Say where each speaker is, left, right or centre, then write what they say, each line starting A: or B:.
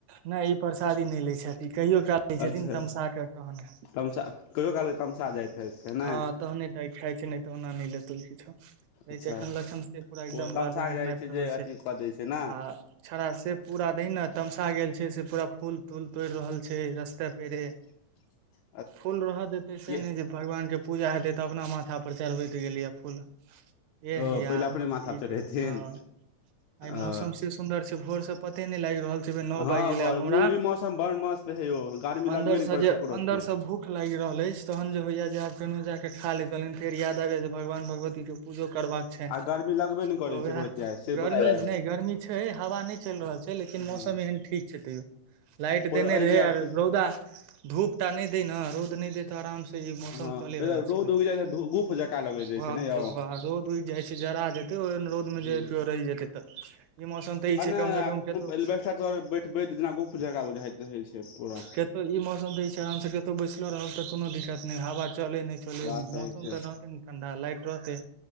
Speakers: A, on the right (about 80°); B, on the left (about 80°).
A: नहि ई परसादी नहि ले छथि कहियो काल लै छथिन
B: अच्छा
A: तमशा क कहने
B: तमसा कहियो कालके तमसा जाइत हइ छै ने
A: हँ तहने टा इ खाइ छै नहि तऽ ओना नहि लेतौ किछो
B: अच्छा
A: जखन लखन से पूरा एकदम
B: ओ तमसा
A: बालू मे
B: के जाइ
A: नापि रहल
B: जे
A: छै
B: अथी कऽ दै छै ने
A: आ छड़ा से पूरा दीन आ तमसा गेल छै से पूरा फूल तूल तोड़ि रहल छै रस्ते पेड़े
B: <inaudible>
A: फूल रहय देतै से
B: किया
A: नहि जे भगवानके पूजा हेतै तऽ अपना माथापर चढ़बैत गेलै फूल एह
B: ओ
A: यार
B: पहिला अपने माथापर
A: ठीक
B: चढ़ेथिन
A: हँ आइ
B: ओ
A: मौसम से सुन्दर छै भोरसँ पते नहि लागि रहल छै भै नौ
B: हँ
A: बाजि गेलै आब हमरा
B: ई मौसम बड़ मस्त हे यौ गर्मी
A: अन्दरसँ
B: लगबे नहि करै
A: जे
B: छै एको रती
A: अन्दरसँ भूख लागि रहल अछि तहन जे होइया जे आब केनो जाकऽ खा लैतन फेर याद आबै जाय यै जे भगवान भगवतीे पूजो करबाक छनि
B: आ
A: तऽ
B: गर्मी लगबे नहि करै छै
A: वएह
B: एको रती आइ से
A: गर्मी
B: बताउ
A: नहि गर्मी छै हवा नहि चलि रहल छै लेकिन मौसम
B: हँ
A: एहन ठीक छै तैयो लाइट देने
B: एहि
A: रहे
B: जे
A: आर रौदा धूपटा नहि दै न रौद नहि दै तब आराम से मौसम
B: हँ
A: चले वाला छै
B: रौद उगि जाइ छै गुफ जका लगैत रहै
A: बाप
B: छै ने यौ
A: रे रौद उगि जाय छै जरा देते ओहन रौद
B: हूँ
A: मे जे कियो रहि जेते तऽ ई मौसम तऽ ई छै
B: बैठबे
A: कम से कम केतो
B: त जे <unintelligible> ना गुप जकह बुझाइत रहै छै पूरा
A: कतो ई मौसम त ई छै आराम से कतो बैसलो रहब ते कोनो दिक्कत नहि हवा चले ने च
B: बात
A: मौसम
B: सही छै
A: तऽ रहते ने ठंडा लाइट रहतै